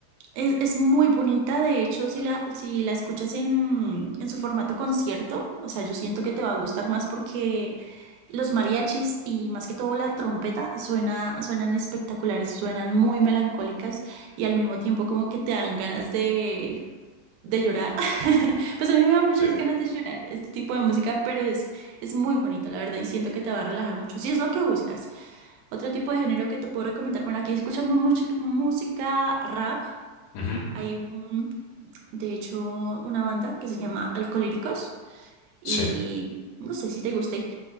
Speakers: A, on the right; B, on the left.
A: Es, es muy bonita, de hecho, si la, si la escuchas en, en su formato concierto, o sea, yo siento que te va a gustar más porque los mariachis y más que todo la trompeta suena, suenan espectaculares, suenan muy melancólicas y al mismo tiempo como que te dan ganas de, de llorar. <laughs> Pues a mí me dan muchas
B: Sí.
A: ganas de llorar este tipo de música, pero es, es muy bonito, la verdad, y siento que te va a relajar mucho, si es lo que buscas. Otro tipo de género que te puedo recomendar, bueno, aquí escuchamos muchi- música rap.
B: Ujú,
A: Hay un, de hecho, una banda que se llama Alcolíricos y
B: Sí,
A: no sé si te guste.